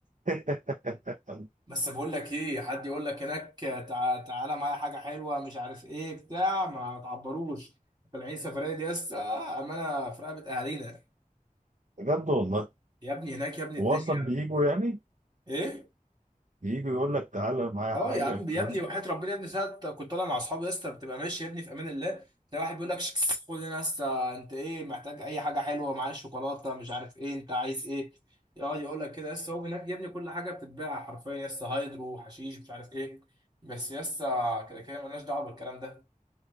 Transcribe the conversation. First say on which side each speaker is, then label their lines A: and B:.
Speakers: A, on the right; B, on the right.
A: <laughs>
B: بس بقول لك ايه حد يقول لك هناك تع- تعالى معايا حاجه حلوه مش عارف ايه بتاع ما تعبروش طالعين سفريه دي يا اسطى امانه في رقبه اهالينا
A: بجد والله
B: يا ابني هناك يا ابني الدنيا
A: هو اصلا بيجوا يعني
B: ايه
A: بيجوا يقول لك تعالى معايا
B: اه
A: حاجه
B: يا عم
A: الكلام
B: يا ابني وحياة ربنا يا ابني ساعة كنت طالع مع اصحابي يا اسطى بتبقى ماشي يا ابني في امان الله تلاقي واحد بيقول لك شكس خد هنا يا اسطى انت ايه محتاج اي حاجه حلوه معايا شوكولاته مش عارف ايه انت عايز ايه يقعد يقول لك كده يا اسطى هو هناك يا ابني كل حاجه بتتباع حرفيا يا اسطى هايدرو حشيش مش عارف ايه بس يا اسطى كده كده مالناش دعوه بالكلام ده